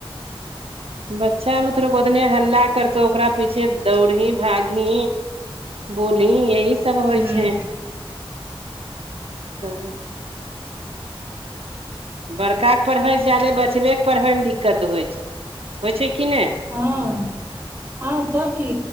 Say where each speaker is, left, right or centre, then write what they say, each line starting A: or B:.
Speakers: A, on the right; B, on the right.
A: बच्चा बुतरुक ओतने हल्ला करतौ ओकरा पीछे दौड़ही भागही बोलही यही सब होइ
B: हूँ
A: छैय तब बड़काके पढ़बैसँ जादे बचबेके पढ़बैमे दिक्कत होइ छैय होइ छैय कि नहि।
B: हँ हँ तब की